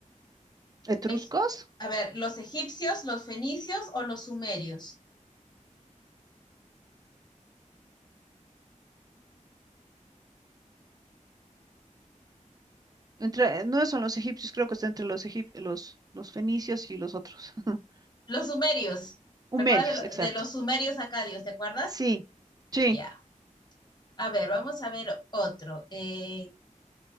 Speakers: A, on the right (about 30°); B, on the left (about 30°).
A: etruscos.
B: Es, a ver, ¿los egipcios, los fenicios o los sumerios?
A: Entre, no son los egipcios, creo que está entre los, egip- los, los fenicios y los otros. <laughs>
B: Los sumerios.
A: Humerios,
B: ¿Recuerdas de, lo-
A: exacto.
B: de los sumerios acadios? ¿Te acuerdas?
A: Sí, sí,
B: Ya. A ver, vamos a ver otro. Eh,